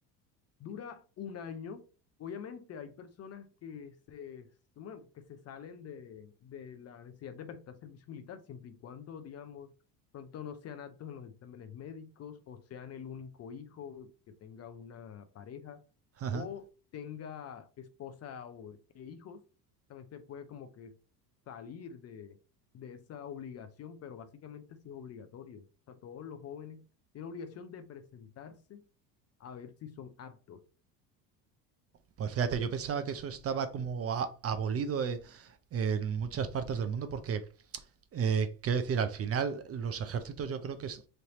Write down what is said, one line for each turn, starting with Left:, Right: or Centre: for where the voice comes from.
Left: Dura un año. Obviamente hay personas que se, bueno, que se salen de, de la necesidad de prestar servicio militar, siempre y cuando, digamos, pronto no sean aptos en los exámenes médicos o sean el único hijo que tenga una pareja
Right: Ajá.
Left: o tenga esposa o, e hijos. También se puede como que salir de, de esa obligación, pero básicamente sí es obligatorio. O sea, todos los jóvenes tienen obligación de presentarse a ver si son aptos.
Right: Pues fíjate, yo pensaba que eso estaba como a- abolido eh, en muchas partes del mundo porque Eh, quiero decir, al final los ejércitos yo creo que es,